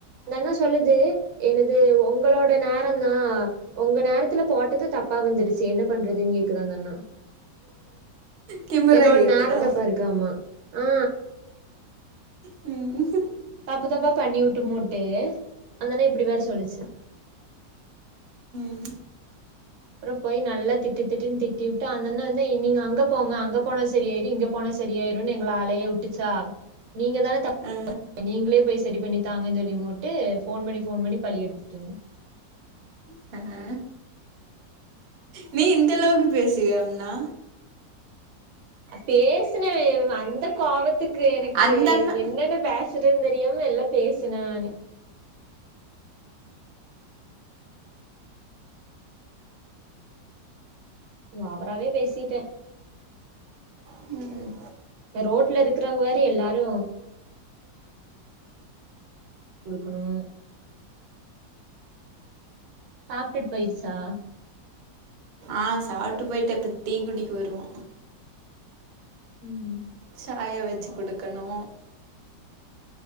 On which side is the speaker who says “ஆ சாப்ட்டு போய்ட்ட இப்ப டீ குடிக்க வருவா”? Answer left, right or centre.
Right